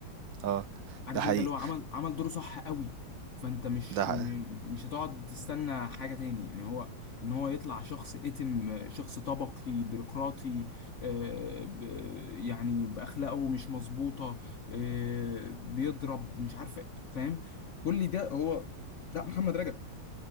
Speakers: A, on the right; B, on the left.
A: اه
B: عارف
A: ده حقيقي
B: انت اللي هو عمل عمل دوره صح قوي فانت مش
A: ده ح-
B: م- مش هتقعد تستنى حاجة تاني يعني هو ان هو يطلع شخص اتم شخص طبقي بيروقراطي آه، ب- يعني باخلاقه مش مظبوطة آه، بيضرب مش عارف ايه فاهم كل ده هو ده محمد رجب